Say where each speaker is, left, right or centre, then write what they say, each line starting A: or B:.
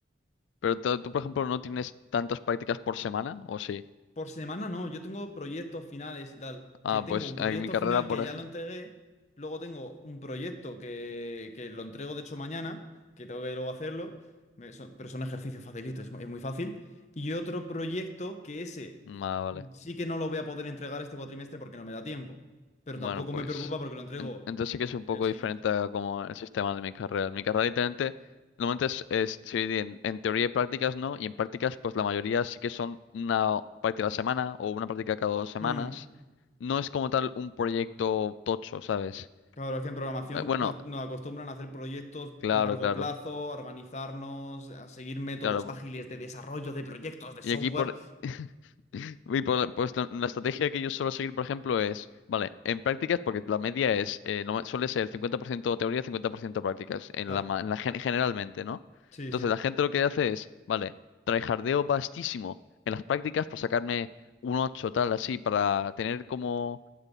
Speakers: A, on the left (about 90°); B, on the left (about 40°).
A: Pero tú, tú, por ejemplo, no tienes tantas prácticas por semana, ¿o sí?
B: Por semana no, yo tengo proyectos finales y tal.
A: Ah,
B: Que tengo
A: pues
B: un proyecto
A: en mi carrera,
B: final
A: por
B: que ya
A: ejemplo.
B: lo entregué. Luego tengo un proyecto que, que lo entrego, de hecho, mañana, que tengo que luego hacerlo. me- son- pero son ejercicios facilitos, es, mu- es muy fácil. Y otro proyecto que ese
A: Ah, vale.
B: mm, sí que no lo voy a poder entregar este cuatrimestre porque no me da tiempo. Pero
A: Bueno,
B: tampoco
A: pues.
B: me preocupa porque lo entrego
A: en- entonces sí que es un poco
B: el siguiente.
A: diferente a como el sistema de mi carrera. En mi carrera, literalmente, normalmente es, es- se divide en, en teoría y prácticas, ¿no? Y en prácticas, pues la mayoría sí que son una práctica a la semana o una práctica cada dos semanas.
B: Mm.
A: No es como tal un proyecto tocho, ¿sabes?
B: Claro, es que en programación
A: Eh, Bueno,
B: nos, nos acostumbran a hacer proyectos
A: claro,
B: largo
A: claro,
B: plazo, a organizarnos, a seguir métodos
A: claro.
B: ágiles
A: por-
B: de desarrollo de proyectos de software.
A: Y aquí por... <laughs> y por- pues la, la estrategia que yo suelo seguir, por ejemplo, es, vale, en prácticas, porque la media es, eh, no- suele ser 50% teoría, 50% prácticas, en
B: Claro,
A: la, ma- en la gen- generalmente, ¿no?
B: sí,
A: Entonces
B: sí,
A: la gente lo que hace es, vale, tryhardeo vastísimo en las prácticas por sacarme un 8 tal, así, para tener como